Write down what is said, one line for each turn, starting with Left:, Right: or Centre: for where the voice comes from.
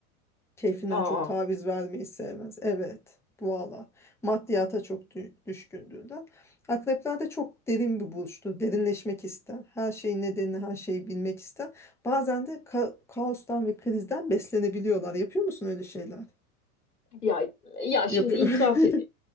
Centre: Keyfinden
Left: Aa,
Centre: çok taviz vermeyi sevmez. Evet. Valla. Maddiyata çok dü- düşkündüğünden. Akrepler de çok derin bir burçtur. Derinleşmek ister. Her şeyin nedenini, her şeyi bilmek ister. Bazen de ka- kaostan ve krizden beslenebiliyorlar. Yapıyor musun öyle şeyler?
Left: ya ya
Centre: Yapıyor.
Left: şimdi itiraf
Centre: <laughs>